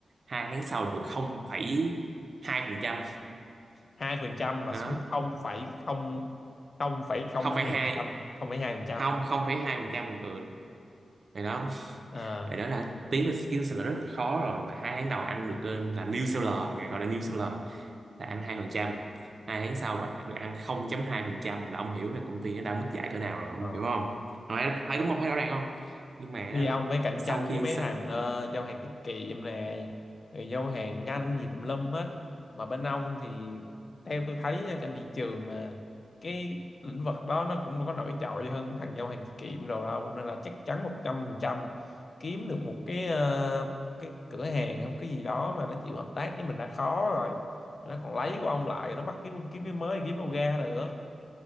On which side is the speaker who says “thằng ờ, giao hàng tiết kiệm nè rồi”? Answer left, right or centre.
Left